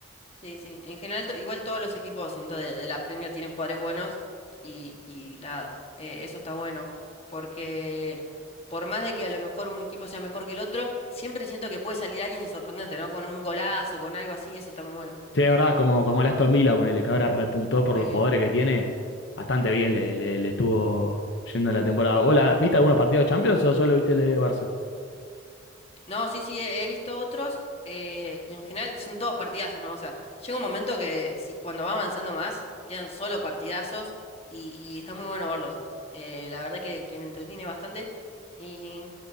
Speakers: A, on the left; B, on the left.
A: Sí, sí. En general, to- igual todos los equipos, siento, de, de la Premier tienen jugadores buenos y, y nada, eh, eso está bueno. Porque por más de que a lo mejor un equipo sea mejor que el otro, siempre siento que puede salir alguien y sorprendente, ¿no? Con un golazo, con algo así, eso está muy bueno.
B: Sí, de verdad, como, como el Aston Villa, ponele, que ahora repuntó por
A: Eh,
B: los jugadores que tiene, bastante bien le, le, le estuvo yendo la temporada. Hola, ¿viste algunos partidos de Champions o solo viste el de Barça?
A: No, sí, sí, he he visto otros eh, y en general son todos partidazos, ¿no? O sea, llega un momento que si cuando va avanzando más quedan solo partidazos y, y está muy bueno verlos. Eh, la verdad que, que me entretiene bastante y